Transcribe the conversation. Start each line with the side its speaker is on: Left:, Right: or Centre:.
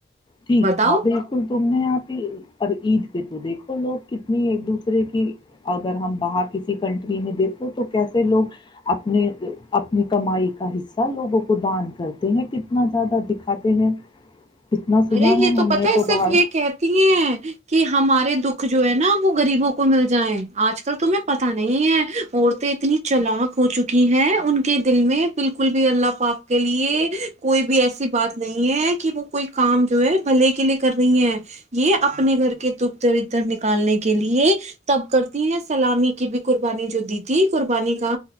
Left: ٹھیک
Right: بتاؤ
Left: بالکل تم نے آپھی اور عید پہ تو دیکھو لوگ کتنی ایک دوسرے کی اگر ہم باہر کسی کنٹری میں دیکھو تو کیسے لوگ اپنے اپنی کمائی کا حصہ لوگوں کو دان کرتے ہیں کتنا زیادہ دکھاتے ہیں کتنا سنا
Right: ارے یہ تو
Left: ہم
Right: پت
Left: نے
Right: ہے صرف
Left: باہر
Right: یہ کہتی ہیں ہیں کہ ہمارے دکھ جو ہے نا وہ غریبوں کو مل جائےیں آج کل تمہیں پتتا نہیں ہے عورتیں اتنی چلاک ہو چکی ہیں ان کے دل میں بالکل بھی اللہ پپ کے لیے کوئی بھی ایسی بات نہیں ہے کہ وہ کوئی کام جو ہے بھلے کے لیے کر رہی ہیں یہ اپنے گھر کے ت ادھر ادھر نکالنے کے لیے تب کرتی ہیں سلامی کی بھی قربانی جو دی تھی قربانی کا